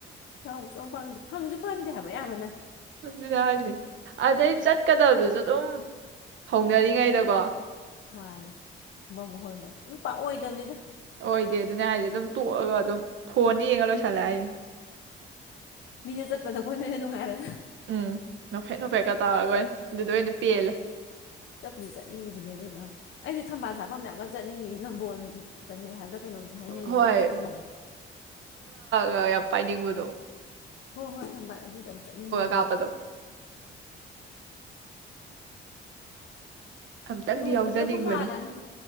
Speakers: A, on the left; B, on the right.
A: ꯌꯥꯎꯕ ꯁꯨꯡꯐꯪ ꯐꯪꯗꯦ ꯐꯪꯁꯨ <unintelligible>
B: <unintelligible> ꯗꯨꯅꯦ ꯍꯥꯏꯖꯦ ꯑꯗꯩ ꯆꯠꯀꯗꯕꯗꯨꯁꯨ ꯑꯗꯨꯝ ꯍꯧꯅꯔꯤꯉꯩꯗꯀꯣ
A: ꯃꯥꯅꯦ ꯑꯃꯃꯨꯛ ꯍꯧꯔꯤꯉꯩꯗ ꯄꯨꯂꯞ ꯄꯥꯛ ꯑꯣꯏꯗꯕꯅꯤꯗ
B: ꯑꯣꯏꯗꯦ ꯑꯗꯨꯅꯦ ꯍꯥꯏꯖꯦ ꯑꯗꯨꯝ ꯇꯣꯛꯑꯒ ꯑꯗꯨꯝ ꯐꯣꯟꯗ ꯌꯦꯡꯉ ꯂꯣꯏꯁꯤꯜꯂꯦ ꯍꯥꯏꯖꯦ
A: ꯃꯤꯅ ꯆꯠꯄꯗ ꯑꯩꯈꯣꯏꯅ ꯑꯣꯏꯅ ꯅꯨꯡꯉꯥꯏꯔꯒ
B: ꯎꯝ ꯅꯣꯛꯐꯦꯠ ꯅꯣꯐꯦꯠꯀ ꯇꯧꯔꯒ ꯑꯣꯏꯅ ꯗꯨꯗ ꯑꯣꯏꯅ ꯄꯦꯜꯂꯦ
A: ꯆꯠꯄꯨꯗꯤ ꯆꯠꯅꯤꯡꯉꯤꯕꯅꯦ ꯑꯗꯨꯗꯣ ꯑꯩꯁꯦ ꯊꯝꯕꯥꯜ ꯁꯥꯠꯐꯝꯗ ꯌꯥꯝꯀꯟ ꯆꯠꯅꯤꯡꯉꯤꯌꯦ ꯅꯝꯕꯣꯟꯗꯅꯦ ꯍꯥꯏꯕꯔ꯭ ꯀꯩꯅꯣꯝꯁꯨ ꯍꯥꯏꯅꯔꯤ ꯑꯗꯨ
B: ꯍꯣꯏ
A: ꯑꯩꯅ ꯆꯠꯅꯤꯡꯉꯤꯁꯦ
B: ꯌꯥ ꯌꯥꯝ ꯄꯥꯥꯏꯅꯤꯡꯕꯗꯣ
A: ꯍꯣ ꯍꯣꯏ ꯊꯝꯕꯥꯟ ꯑꯗꯨꯗꯗꯣ ꯌꯥꯝ ꯆꯠꯅꯤꯡꯉꯤꯌꯦ
B: ꯀꯥꯞꯄꯗꯣ
A: ꯍꯧꯖꯤꯛ <inaudible>
B: ꯑꯝꯇꯪꯗꯤ
A: ꯂꯣꯏꯈꯤꯕꯅꯕꯨ
B: ꯌꯥꯎꯖꯅꯤꯡꯕꯅꯦ
A: ꯍꯥꯜꯂꯛꯑꯅꯤꯗ